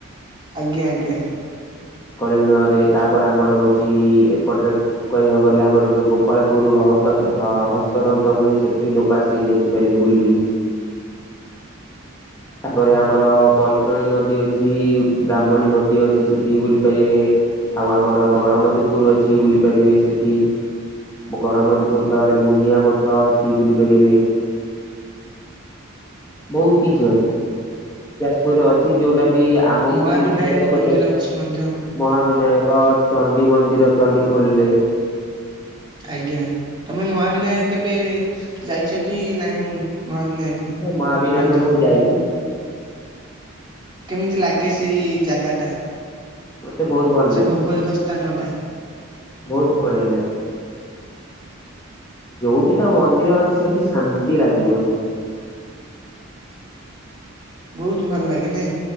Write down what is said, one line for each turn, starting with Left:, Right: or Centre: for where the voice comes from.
Right: ଆଜ୍ଞା ଆଜ୍ଞା।
Left: କଳିଙ୍ଗନଗରରେ ତାପରେ ଆମର ହଉଛି ଏପଟରେ କହିବାକୁ ଗଲେ ଆମ ର ଯଉ ଗୋପାଳପୁର ହ ହ ହସ୍ତତନ୍ତ ହୁଏ ସେଠି ବି ଲୋକ ଆସିକି ଦେଖିପାରିବେ ବୁଲିକି। ତାପରେ ଆମର ବୈତରଣୀ ନଦୀ ଅଛି ବ୍ରାହ୍ମଣୀ ନଦୀ ଅଛି ସେଠିବି ବୁଲି ପାରିବେ। ଆଉ ଆମର ଗଡମଧୁପୁର ଅଛି ବୁଲି ପାରିବେ ସେଠି। ଗଣମତଧୁପୁର ପାଖରେ ମୁନିଆ ମଠ ଅଛି ବୁଲି ପାରିବେ। ବହୁତ କିଛି ଅଛି। ଯାଜପୁରରେ ଅଛି ଯୋଉଟା ବି ଆମକୁ
Right: ମହାବିନାୟକ
Left: ବି କିଛିଟା ଛୋଟ
Right: ମନ୍ଦିର ଅଛି ମଧ୍ୟ
Left: ମହାବିନାୟକ ଚଣ୍ଡୀ ମନ୍ଦିର ଚଣ୍ଡୀ ଖୋଲରେ।
Right: ଆଜ୍ଞା ତମେ ମହାବିନାୟକ କେବେ ଯାଇଛ କି ନାଇଁ? ମହାବିନାୟକ
Left: ମହାବିନାୟକ
Right: ମନ୍ଦିର।
Left: ମୁଁ ଯାଇଛି
Right: କେମିତି ଲାଗେ ସେଇ ଜାଗା ଟା
Left: ମତେ ବହୁତ ଭଲ
Right: ସେ
Left: ଲାଗେ।
Right: ଭୌଗୋଳିକ ସ୍ଥାନ ଟା।
Left: ବହୁତ ବଢିଆ ଲାଗେ। ଯୋଉଠି ତ ମନ୍ଦିର ଅଛି ସେଠି ଶାନ୍ତି ଲାଗିବଇଁ
Right: ବହୁତ ଭଲ ଲାଗେ ନାଇଁ